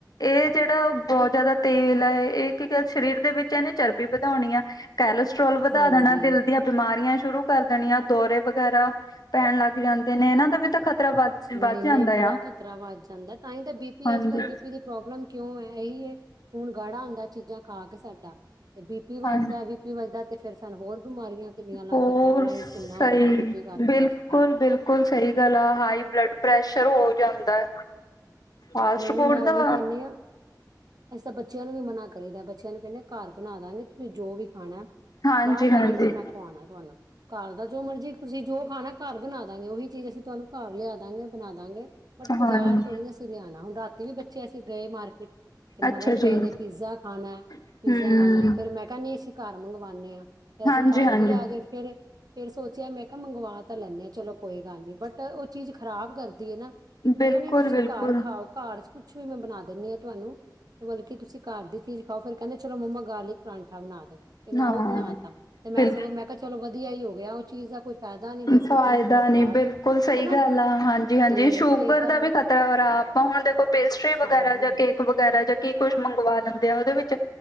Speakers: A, on the left (about 60°); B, on the right (about 60°).
A: ਏ ਜੇੜਾ ਬਹੁਤ ਜ਼ਿਆਦਾ ਤੇਲ ਐ, ਇਹ ਕਿਉੰਕਿ ਸਰੀਰ ਦੇ ਵਿੱਚ ਇਹਨੇ ਚਰਬੀ ਵਧਾਉਣੀ ਆਂ। ਕੈਲਸਟ੍ਰੋਲ ਵਧਾ
B: ਹਾਂਜੀ
A: ਦੇਣਾ, ਦਿਲ ਦੀਆਂ ਬਿਮਾਰੀਆਂ ਸ਼ੁਰੂ ਕਰ ਦੇਣੀਆਂ, ਦੋਰੇ ਵਗੈਰਾ, ਪੈਣ ਲੱਗ ਜਾਂਦੇ ਨੇ, ਇਹਨਾਂ ਦਾ ਵੀ ਤਾਂ ਖਤਰਾ ਵੱਧ
B: ਨਹੀਂ-
A: ਵੱਧ ਜਾਂਦਾ
B: ਨਹੀਂ, ਬੜਾ
A: ਆ
B: ਖ਼ਤਰਾ ਵੱਧ ਜਾਂਦਾ ਤਾਂਹੀ ਤਾਂ ਬੀਪੀ
A: ਹਾਂਜੀ
B: ਅੱਜ- ਕੱਲ ਬੀਪੀ ਦੀ ਪ੍ਰੋਬਲਮ ਕਿਉਂ ਐ, ਇਹੀ ਐ। ਖੂਨ ਗਾੜਾ ਹੁੰਦਾ ਚੀਜ਼ਾਂ ਖਾ ਕੇ ਸਾਡਾ, ਤੇ ਬੀ ਪੀ ਵੱਧਦਾ
A: ਹਾਂਜੀ
B: ਬੀ ਬੀਪੀ ਵੱਧਦਾ ਤੇ ਫੇਰ ਸਾਨੂੰ ਹੋਰ ਬਿਮਾਰੀਆਂ ਕਿੰਨੀਆਂ ਲੱਗਦੀਆਂ
A: ਹੋਰ
B: ਪੈਰਾਲਾਈਜ਼
A: ਸਈ,
B: ਕਿੰਨਾ ਹੁੰਦਾ ਬੀਪੀ ਕਰਕੇ
A: ਬਿਲਕੁਲ
B: ਅੱਜ-ਕੱਲ੍ਹ
A: ਬਿਲ ਬਿਲਕੁਲ ਸਹੀ ਗੱਲ ਆ, ਹਾਈ ਬਲੱਡ ਪ੍ਰੈਸ਼ਰ ਹੋ ਜਾਂਦਾ। ਫਾਸਟ
B: ਨਹੀਂ
A: ਫੂਡ
B: ਮੈਂ ਉਹੀ
A: ਦਾ
B: ਕਹਿੰਨੀ ਆ। ਅਸੀ ਤਾਂ ਬੱਚਿਆਂ ਨੂੰ ਵੀ ਮਨਾ ਕਰੀਦਾ, ਬੱਚਿਆਂ ਨੂੰ ਕਹਿੰਦੇ ਘਰ ਬਣਾ ਦਾਂਗੇ ਤੁਸੀਂ ਜੋ ਵੀ ਹਨਾ,
A: ਹਾਂਜੀ
B: ਬਾਹਰ ਦਾ
A: ਹਾਂਜੀ
B: ਨੀ ਬਟ ਮੈਂ ਖਵਾਣਾ ਤੁਹਾਨੂੰ ਘਰ ਦਾ ਜੋ ਮਰਜ਼ੀ, ਤੁਸੀਂ ਜੋ ਖਾਣਾ, ਘਰ ਬਣਾ ਦਾਂਗੇ ਉਹੀ ਚੀਜ਼, ਅਸੀਂ ਤੁਹਾਨੂੰ ਘਰ ਲਿਆ ਦਾਂਗੇ, ਬਣਾ ਦਾਂਗੇ। ਬਟ
A: ਹਾਂਜੀ
B: ਬਾਜ਼ਾਰ ਤੋਂ ਨੀ ਅਸੀਂ ਲਿਆਣਾ, ਹੁਣ ਰਾਤੀ ਵੀ ਬੱਚੇ ਅਸੀਂ ਗਏ ਮਾਰਕੀਟ ਤੇ ਮਗਰ
A: ਅੱਛਾ ਜੀ
B: ਪਏ ਰਹੇ, ਪੀਜ਼ਾ ਖਾਣਾ-
A: ਹਮ
B: ਪੀਜ਼ਾ ਖਾਣਾ, ਫੇਰ ਮੈਂ ਕਿਹਾ ਨੀ ਅਸੀਂ ਘਰ ਮੰਗਵਾਂਦੇ ਆਂ। ਫੇਰ
A: ਹਾਂਜੀ
B: ਅਸੀਂ ਘਰ
A: ਹਾਂਜੀ
B: ਵੀ ਆ ਗਏ ਫਿਰ, ਫਿਰ ਸੋਚਿਆ ਮੈਂ ਕਿਹਾ ਮੰਗਵਾ ਤਾਂ ਲੈਂਨੇ ਆ, ਚਲੋ ਕੋਈ ਗੱਲ ਨੀ ਬਟ ਬਟ ਓ ਚੀਜ਼ ਖ਼ਰਾਬ ਕਰਦੀ ਏ ਨਾ,
A: ਬਿਲਕੁਲ
B: ਮੈਂ ਕਿਹਾ ਤੁਸੀਂ
A: ਬਿਲਕੁਲ
B: ਘਰ ਖਾਓ ਘਰ ਚ ਕੁਛ ਵੀ ਮੈਂ ਬਨਾ ਦਿੰਨੀ ਆ ਤੁਆਨੂੰ ਤੇ ਮਤਲਬ ਕੀ ਤੁਸੀਂ ਘਰ ਦੀ ਚੀਜ਼ ਖਾਓ ਫਿਰ ਕੈਂਦੇ ਚਲੋ ਮੰਮਾ ਗਾਰਲਿਕ ਪਰਾਂਠਾ ਬਨਾ ਦੋ। ਤੇ ਮੈਂ
A: ਹਾਂ
B: ਓ ਬਨਾਤਾ, ਤੇ ਮੈਂ
A: ਬਿਲ
B: ਸਗੋਂ ਮੈਂ ਕਿਆ ਚਲੋ ਵਦੀਆ ਈ ਹੋ ਗਿਆ ਓ ਚੀਜ਼ ਦਾ ਕੋਈ ਫਾਇਦਾ ਨਹੀਂ ਦੇਖੋ
A: ਫਾਇਦਾ
B: ਜੀਭ ਦਾ ਸਵਾਦ
A: ਨੀ ਬਿਲਕੁਲ ਸਈ
B: ਹਨਾ
A: ਗੱਲ ਆ ਹਾਂਜੀ-ਹਾਂਜੀ
B: ਤੇ
A: ਸ਼ੂਗਰ
B: ਏਦਾਂ
A: ਦਾ ਵੀ ਖਤ ਰਾ ਆਪਾਂ ਹੁਨ ਦੇਖੋ ਪੇਸਟਰੀ ਵਗੈਰਾ
B: ਹਾਂਜੀ
A: ਜਾਂ
B: ਹਾਂਜੀ
A: ਕੇਕ ਵਗੈਰਾ ਜਾਂ ਕੀ ਕੁੱਝ ਮੰਗਵਾ ਲੈਂਦੇ ਆ, ਓਦੇ ਵਿੱਚ